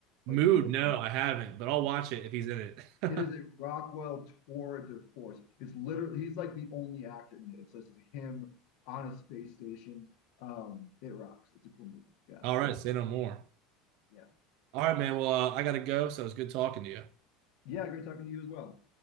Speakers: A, on the left; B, on the right.
A: like
B: Mood.
A: the moon.
B: No, I haven't,
A: Yeah.
B: but I'll watch it if he's in it. <laughs>
A: It is a Rockwell tour de force. It's literally he's like the only actor in it. It's just him on a space station. Um, it rocks. It's a cool movie. Yeah,
B: All right, say no more.
A: yeah,
B: All right, man. Well, uh, I gotta go, so it's good talking to you.
A: yeah. Great talking to you as well.